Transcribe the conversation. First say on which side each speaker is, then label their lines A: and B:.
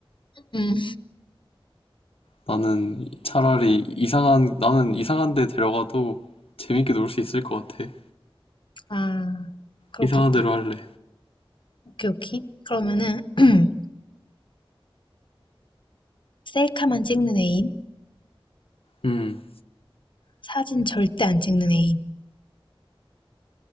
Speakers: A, on the left; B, on the left.
A: 음.
B: 나는 차라리 이상한, 나는 이상한 데 데려가도 재밌게 놀 수 있을 것 같아.
A: 아, 그렇겠다.
B: 이상한 데로 할래.
A: 오케이, 오케이. 그러면은 <clears throat> 셀카만 찍는 애인,
B: 음.
A: 사진 절대 안 찍는 애인.